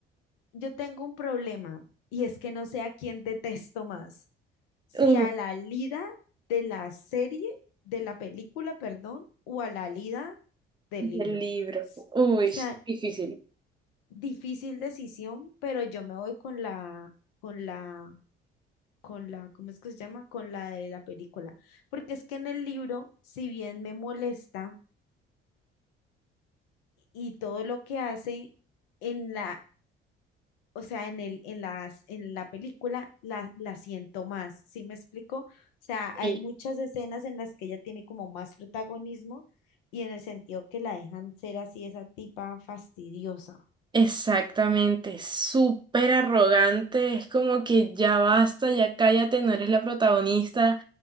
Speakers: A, on the left; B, on the right.
A: yo tengo un problema y es que no sé a quién detesto más. Si
B: Uy,
A: a la Lida de la serie, de la película, perdón, o a la Lida del
B: del
A: libro.
B: libro.
A: S- O
B: Uy,
A: sea,
B: difícil.
A: difícil decisión, pero yo me voy con la, con la, con la, ¿cómo es que se llama? Con la de la película. Porque es que en el libro, si bien me molesta y todo lo que hace, en la, o sea, en el, en las, en la película la, la siento más, ¿sí me explico? O sea, hay
B: Sí,
A: muchas escenas en las que ella tiene como más protagonismo y en el sentido que la dejan ser así esa tipa fastidiosa.
B: exactamente, súper arrogante, es como que ya basta, ya cállate, no eres la protagonista,